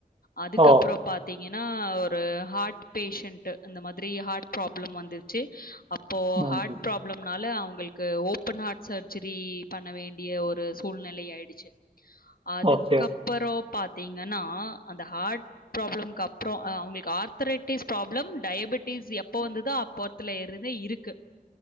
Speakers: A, on the left; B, on the right.
A: அதுக்கப்பறோ
B: ஓ
A: பத் ங்கன்னா ஒரு ஹார்ட் பேஷண்ட் இந்த மாதிரி ஹார்ட் ப்ராப்ளம் வந்துச்சு அப் ப்போ
B: ம்
A: ஹார்ட் ப்ராப் னால அவுங்களுக்கு ஓப்பன் ஹார்ட் சர்ஜரி பண்ண வேண்டிய ஒரு சூழ்நிலை ஆய்டுச்சு அதுக்கப்பற
B: ஓகே
A: பாத்தீங்கன்னா அந்த ஹாட் ப்ராப்ளம்க்கு அப்பற அவங்ளுக்கு ஆர்த்ரட்டிஸ் ப்ராப்ளம் டயபட்டிஸ் எப்ப வந்துதா அப் போத்தல இருந்து இருக்கு